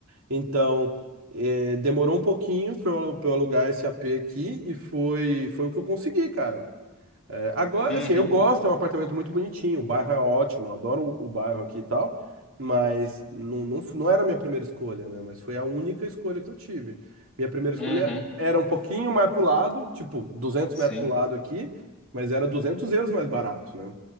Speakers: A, on the right (about 75°); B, in the centre.
A: Então, é, demorou um pouquinho para eu, pra eu alugar esse AP aqui, e foi, foi o que eu consegui, cara. É, agora,
B: Uhum,
A: assim, eu gosto, é um apartamento muito bonitinho, o bairro é ótimo, eu adoro o, o bairro aqui e tal, mas não, não, f- não era a minha primeira escolha, né? Mas foi a única escolha que eu tive. Minha primeira escolha
B: uhum,
A: era um pouquinho mais pro lado, tipo, duzentos
B: sim.
A: metros pro lado aqui, mas era 200 euros mais barato, né?